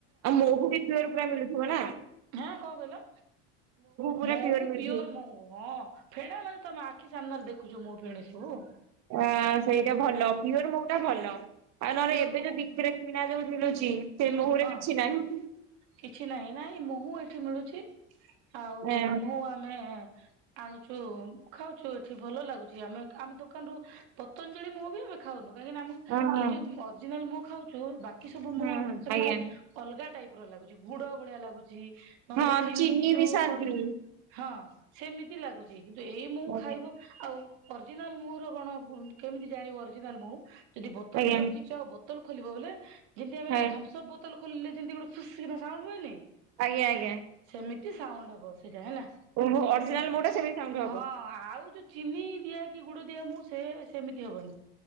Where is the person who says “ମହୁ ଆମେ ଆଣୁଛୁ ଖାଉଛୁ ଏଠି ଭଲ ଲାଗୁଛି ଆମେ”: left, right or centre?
Right